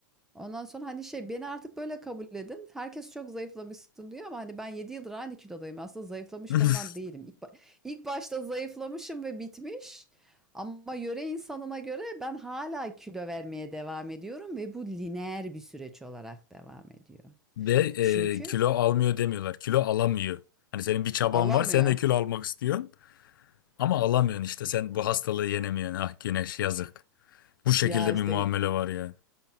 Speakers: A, in the centre; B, on the left.
A: Ondan sonra hani şey beni artık böyle kabul edin. Herkes çok zayıflamışsın diyor ama hani ben 7 yıldır aynı kilodayım. Aslında zayıflamış
B: <laughs>
A: falan değilim. İlk, ba- ilk başta zayıflamışım ve bitmiş. Ama yöre insanına göre ben hala kilo vermeye devam ediyorum ve bu lineer bir süreç olarak devam ediyor.
B: Ve
A: Çünkü
B: e, kilo almıyor demiyorlar. Kilo alamıyor. Hani senin bir çaban
A: alamıyor.
B: var, sen de kilo almak istiyorsun. Ama alamıyorsun işte sen bu hastalığı yenemiyorsun. Ah Güneş yazık. Bu şekilde
A: Ya işte
B: bir muamele var ya.